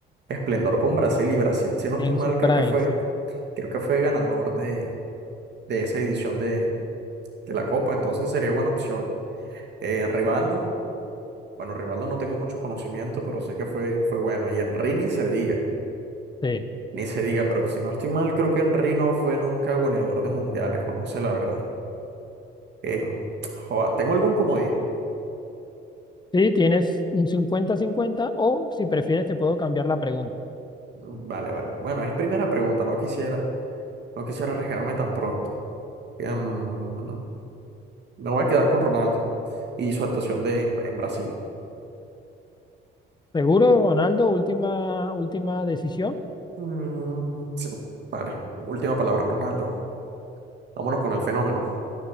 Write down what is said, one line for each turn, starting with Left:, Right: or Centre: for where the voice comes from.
Right: esplendor con Brasil y Brasil, si no estoy
Left: en
Right: mal,
Left: su prime,
Right: creo que fue,
Left: sí.
Right: creo que fue ganador de, de esa edición de, de la Copa, entonces sería buena opción. Eh, Rivaldo, bueno, Rivaldo no tengo mucho conocimiento, pero sé que fue, fue bueno. Y Enrini Sevilla.
Left: Sí,
Right: Ni se diga, pero si no estoy mal, creo que Henry no fue nunca goleador de mundiales, o no sé la verdad. Eh, joda, ¿tengo algún comodín?
Left: Sí, tienes un cincuenta cincuenta o si prefieres te puedo cambiar la pregunta.
Right: Mm, Vale, vale. Bueno, es primera pregunta, no quisiera, no quisiera arriesgarme tan pronto. Em, me voy a quedar con Ronaldo y su actuación de, en, en Brasil.
Left: ¿Seguro, Ronaldo? Última, última decisión.
Right: Mm, sí, vale. Última palabra, Ronaldo. Vámonos con el fenómeno.